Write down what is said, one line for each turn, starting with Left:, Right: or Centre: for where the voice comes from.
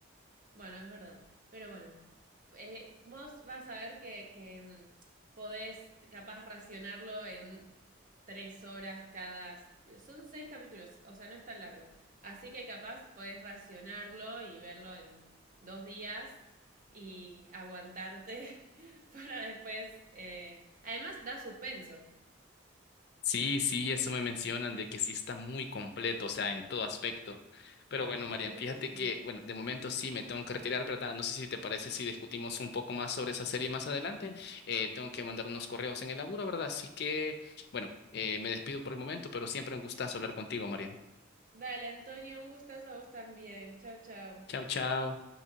Right: Bueno, es verdad. Pero bueno, eh, vos vas a ver que, que mm, podés capaz racionarlo en tres horas cada... Son seis capítulos, o sea, no es tan largo. Así que capaz podés racionarlo y verlo en dos días y aguantarte <laughs> para después... eh, Además, da suspenso.
Left: Sí, sí, eso me mencionan de que sí está muy completo, o sea, en todo aspecto. Pero bueno, Marian,
Right: Sí,
Left: fíjate
Right: sí, sí.
Left: que, bueno, de momento sí me tengo que retirar, ¿verdad? No sé si te parece si discutimos un poco más sobre esa serie más adelante. Eh, tengo que mandar unos correos en el laburo, ¿verdad? Así que, bueno, eh, me despido por el momento, pero siempre un gustazo hablar contigo, Marian.
Right: Dale, Antonio, un gustazo a vos también. Chao, chao.
Left: Chao, chao.